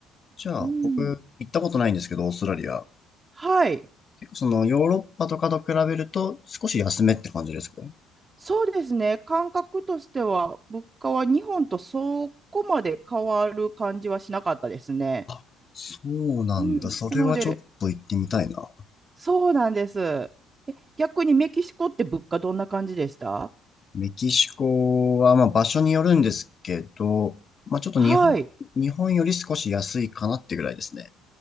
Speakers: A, on the left; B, on the right.
A: じゃあ、
B: うん。
A: 僕、行ったことないんですけど、オーストラリア。
B: はい。
A: 結構その、ヨーロッパとかと比べると、少し安めって感じですか
B: そうですね。感覚としては、物価は日本とそこまで変わる感じはしなかったですね。
A: あ、そうなんだ。
B: うん。
A: それはちょっと行ってみたいな。
B: なので、そうなんです。え、逆にメキシコって物価どんな感じでした
A: メキシコは、まあ、場所によるんですけど、まあ、ちょっと日本、
B: はい。
A: 日本より少し安いかなってぐらいですね。